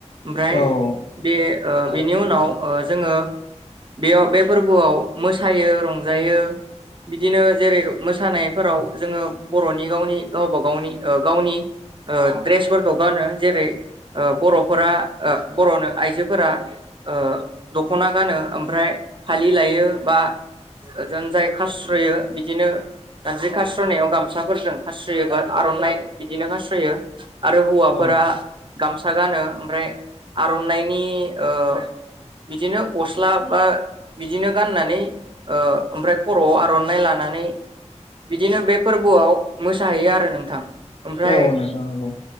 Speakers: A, on the right; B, on the left.
A: ओमफ्राय
B: औ
A: बे ओ बेनि उनाव जोङो बेयाव बे फोरबोआव मोसायो, रंजायो बिदिनो जेरै मोसानायफोराव जोङो बर'नि गावनि गावबा- गावनि -गावनि ओ ड्रेसफोरखौ गानो जेरै ओ बरफोरा- बरनो आइजोफोरा ओ दखना गानो ओमफ्राय फालि लायो बा ओजों जाय खास्रयो बिदिनो जानजाय खास्रनायाव गामसाफोरजों खारास्रयोबा आरनाइ बिदिनो खास्रयो। आरो हौवाफोरा
B: औ
A: गामसा गानो ओमफ्राय आरनाइनि ओ बिदिनो गस्ला बा बिदिनो गाननानै ओ ओमफ्राय खरआव आरनाइ लानानै बिदिनो बे फोरबोआव मोसाहैयो आरो नोंथां। ओमफ्राय
B: औ नोंथां औ।